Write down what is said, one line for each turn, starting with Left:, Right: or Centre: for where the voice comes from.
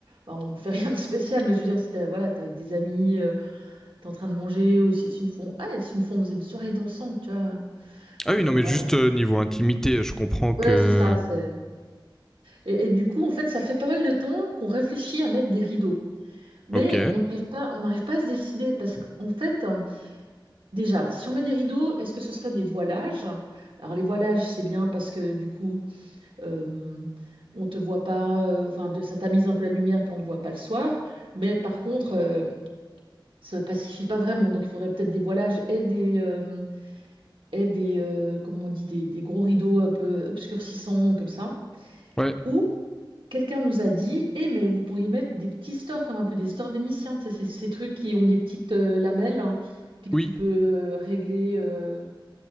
Right: bah, on fait <laughs> rien de spécial. Mais je veux dire, si t'es voilà, t'es avec des amis, euh, t'es en train de manger, ou si, si une fois, ah, et si une fois on faisait une soirée dansante, tu vois. Enfin,
Centre: Ah oui,
Right: je-
Centre: non, mais
Right: voilà.
Centre: juste
Right: je-
Centre: euh, niveau intimité, je comprends que.
Right: Ouais, c'est ça. c'est- Et, et du coup, en fait, ça fait pas mal de temps qu'on réfléchit à mettre des rideaux, mais
Centre: Ok.
Right: on n'arrive pas, on n'arrive pas à se décider parce qu'en fait. Déjà, si on met des rideaux, est-ce que ce serait des voilages? Alors les voilages, c'est bien parce que du coup, euh, on te voit pas, euh, enfin, de, ça tamise un peu la lumière puis on ne voit pas le soir. Mais par contre, euh, ça pacifie pas vraiment. Donc il faudrait peut-être des voilages et des, euh, et des, euh, comment on dit, des, des gros rideaux un peu obscurcissants comme ça.
Centre: Ouais.
Right: Ou quelqu'un nous a dit, eh mais vous pourriez mettre des petits stores comme un peu des stores vénitiens. Tu sais, ces, ces trucs qui ont des petites euh, lamelles hein, puis que
Centre: Oui,
Right: tu peux euh, régler. euh,